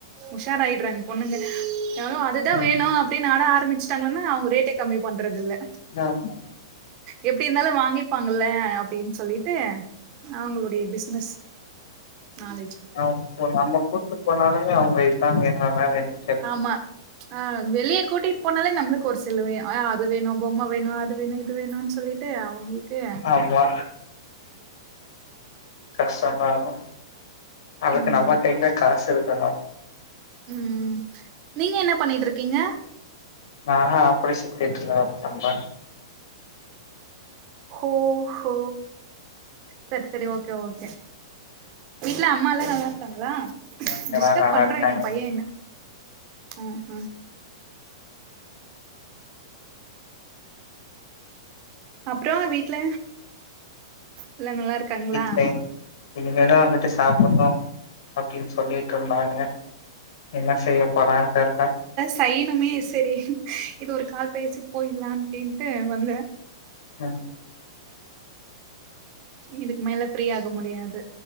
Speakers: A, on the right (about 35°); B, on the left (about 65°).
A: உஷாராயிர்றாங்க ஒண்ணுங்க எவ்ளோ அதுதா
B: ம்
A: வேணு அப்டின்னு ஆழ ஆரம்பிச்சிட்டாங்கன்னா அவுங்க ரேட்டே கம்மி பண்றதுல்ல
B: ஆமா
A: எப்டி இருந்தாலு வாங்கிப்பாங்கல்ல அப்டின்னு சொல்லிட்டு அவுங்களுடைய பிசினஸ் நாளை
B: அவுங்க நம்ம கூப்ட்டு போனாலுமே அவுங்க இதா வேணுன்னு அதா வேணுன்னு
A: ஆமா அ வெளிய கூட்டிட்டு போனாலே நம்மலுக் க்கொரு செலவு அது வேணு பொம்ம வேணு அது வேணு இது வேணுன்னு சொல்லிட்டு அவுங்குளுக்கு
B: பண்வே கஷ்டோ இருந்தாலு அதுக்கு
A: ம்
B: நம்ம கைல காசு இருக்கனு
A: ம் ம் நீங்க என்ன பண்ணிட்ருக்கீங்க
B: நா ஹா ஆப்ரேசன் தியேட்டர்ல ஒர்க் பண்றே
A: ஹோ ஹோ செரி செரி ஓகே ஓகே வீட்ல அம்மால்லா நல்லா இருக்காங்களா
B: இங்கலா
A: டிஸ்டப்
B: நல்லா
A: பண்றங்க
B: இருக்காங்க
A: எ பைய என்ன அ அ அப்றோ வீட்ல எல்லா நல்லா இருக்காங்களா
B: வீட்லயு இனிமேதா வந்துட்டு சாப்புன்னு அப்டின்னு சொல்லிட்ருந்தாங்க என்ன செய்ய போறான் தெர்ல
A: சைனுமே செரி இது ஒரு கால் பேசி போயிட்லா அப்டின்ட்டு வந்தே
B: அம்
A: இதுக்கு மேல ஃப்ரீயாக முடியாது